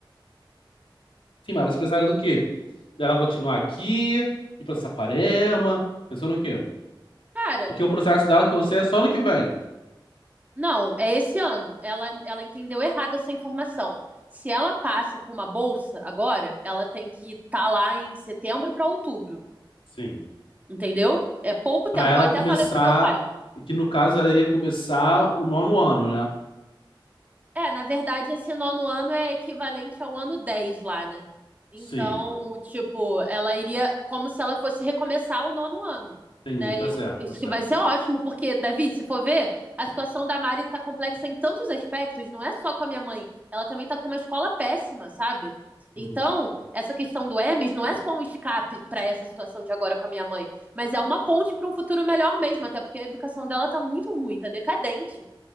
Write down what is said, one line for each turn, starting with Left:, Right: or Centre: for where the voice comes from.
Left: Sim, mas vocês pensaram no quê? Dela continuar aqui, ir para Saquarema, pensou no quê?
Right: Cara,
Left: Porque o processo dela que eu sei é só no que vem.
Right: não, é esse ano. Ela, ela entendeu errado essa informação. Se ela passa com uma bolsa agora, ela tem que estar lá em setembro para outubro,
Left: Sim.
Right: entendeu? É pouco tempo.
Left: Pra ela
Right: Eu até
Left: começar,
Right: falei pro meu pai.
Left: que no caso ela iria começar o nono ano, né?
Right: É, na verdade, esse nono ano é equivalente ao ano 10 lá, né? Então,
Left: Sim.
Right: tipo, ela iria como se ela fosse recomeçar o nono ano,
Left: Entendi,
Right: né?
Left: tá
Right: E
Left: certo,
Right: eu, isso
Left: tá certo.
Right: que vai ser ótimo, porque, Davi, se for ver, a situação da Mari tá complexa em tantos aspectos, não é só com a minha mãe. Ela também tá com uma escola péssima, sabe?
Left: Uhum.
Right: Então, essa questão do Emes não é só um escape para essa situação de agora com a minha mãe, mas é uma ponte para um futuro melhor mesmo, até porque a educação dela tá muito ruim, tá decadente.